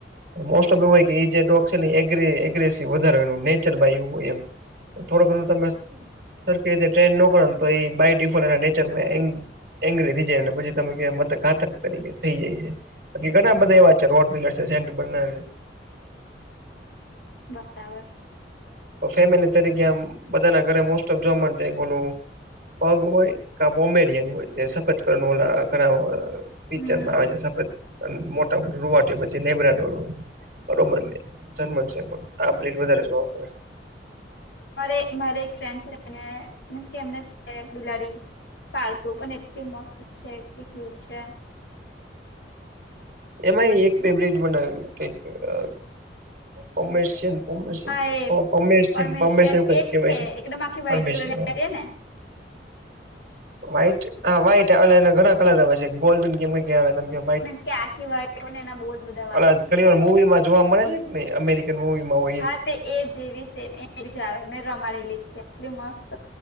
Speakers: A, on the right; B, on the left.
A: અને મોસ્ટ ઓફ એવુંય હોય એ જે ડોગ એગ એગ્રેસીવ વધારે હોય એનું નેચર બાય એવું હોય એમ. થોડું ઘણું તમે સરખી રીતે ટ્રેન ન કરો તો એ બાય ડિફોલ્ટ નેચરમાં એમ. એગ્રી થય જાય ને પછી તમે કે બધા ઘાથક થઈ જાય છે, ઘણા બધા એવા છે. સર્વા પિલર છે સેન્ટ બનાવેલ છે.
B: બરાબર.
A: તો ફેમિલી તરીકે આમ બધાના ઘરે મોસ્ટ ઓફ જોવા મળે એક ઓલું. પગ હોય કાંઈ કોમેડિયન હોય જે સફત કણ ઓલા કરવા પિક્ચરમાં
B: હમ
A: આવે છે, સફેદ મોટા મોટા રુવાંટી હોય પછી લેબરા કન હોય. કરે મેને છે, પણ આ બધું વધારે જોવા મળે.
B: મારે મારે એક ફ્રેન્ડ છે, ને મીન્સ કે એમને છે બિલાડી. પાળતું પણ એટલી મસ્ત છે, એટલી ક્યુટ છે.
A: એમાં એક બે બ્રિટ બનાયું કે કે અ કોમેશિયન. પોમેશીયન
B: હા એ પરમેશિયન
A: પોમેશીયન એવું કંઈ
B: એ
A: કેવાય છે,
B: એકદમ આખી વ્હાઈટ
A: પરમેશ
B: કલર ની
A: હા
B: હતી ને
A: <unintelligible> <inaudible> વ્હાઈટ હા વ્હાઈટ એટલે એના ઘણા કલર આવે છે, ગોલ્ડન કે એમ કંઈક એ આવે તમ <inaudible>
B: મીન્સ કે આખી વાળ ને એના બહુ જ બધ
A: ઓલા ઘણીવાર મુવીમાં જોવા મળે છે કે નહીં અમેરિકન મુવીમાં હોય‌.
B: હા તે એ જેવી સે ને એવી જ આવે મેં રમાડેલી છે. એટલી મસ્ત